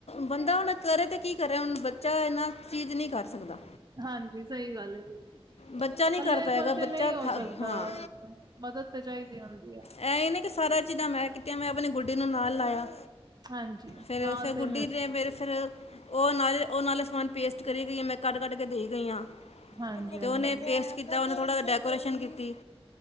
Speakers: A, on the left; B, on the right.
A: ਬੰਦਾ ਹੁਣ ਕਰੇ ਤੇ ਕੀ ਕਰੇ, ਹੁਣ ਬੱਚਾ ਏ ਨਾ ਚੀਜ਼ ਨੀ ਕਰ ਸਕਦਾਂ।
B: ਹਾਂਜੀ, ਸਹੀ ਗੱਲ ਐ ਬਿਲ
A: ਬੱਚਾ ਨਹੀਂ
B: ਕੱਲੇ
A: ਕਰ ਪਾਏਗਾ
B: ਕੋਲ ਤੇ
A: ਬੱਚਾ
B: ਨਹੀਂ ਹੋ
A: ਥਾ-
B: ਸਕਦਾ,
A: ਹਾਂ
B: ਮਦਦ ਤੇ ਚਾਹੀਦੀ ਹੁੰਦੀ ਐ।
A: ਐਹ ਏ ਨੇ ਕਿ ਸਾਰਾ ਚੀਜ਼ਾਂ ਮੈਂ ਕੀਤੀਆਂ, ਮੈਂ ਆਪਣੀ ਗੁੱਡੀ ਨੂੰ ਨਾਲ ਲਾਇਆਂ।
B: ਹਾਂਜੀ
A: ਫਿਰ-
B: ਨਾਲ
A: ਫਿਰ
B: ਤੇ
A: ਗੁੱਡੀ ਨੇ ਮੇਰੇ ਫਿਰ ਉਹ ਨਾਲੇ ਉਹ ਨਾਲੇ ਸਮਾਨ ਪੇਸਟ ਕਰੀ ਗਈ, ਆ ਮੈਂ ਕਟ ਕਟ ਕੇ ਦੇਈ ਗਈ ਹਾਂ।
B: ਹਾਂਜੀ
A: ਤੇ
B: ਹਾਂਜੀ
A: ਉਹਨੇ ਪੇਸਟ ਕੀਤਾ, ਉਹਨੇ ਥੋੜਾ ਡੈਕੋਰੇਸ਼ਨ ਕੀਤੀ